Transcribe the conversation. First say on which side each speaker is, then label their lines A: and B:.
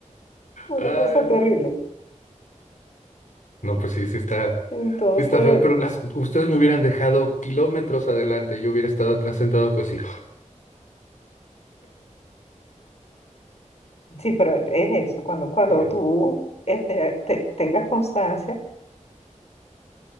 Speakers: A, on the left (about 55°); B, on the left (about 75°).
A: Una
B: Ay,
A: cosa terrible.
B: no, pues sí, sí está,
A: Entonces,
B: sí está feo, pero las, ustedes me hubieran dejado kilómetros adelante, yo hubiera estado atrás sentado, pues sí.
A: sí, pero es eso, cuando, cuando
B: Eh,
A: tú este, te- tengas constancia,